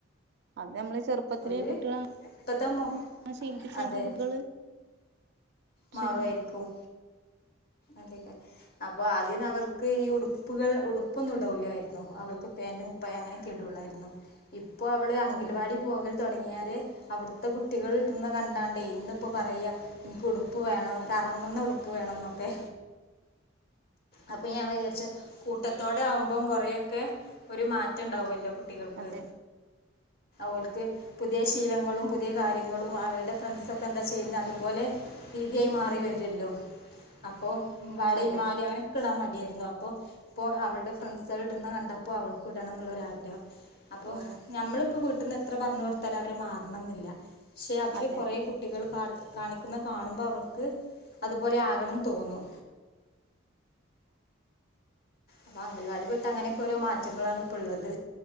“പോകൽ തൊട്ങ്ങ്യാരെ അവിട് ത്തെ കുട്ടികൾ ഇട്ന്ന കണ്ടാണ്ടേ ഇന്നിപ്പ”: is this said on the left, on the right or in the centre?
Left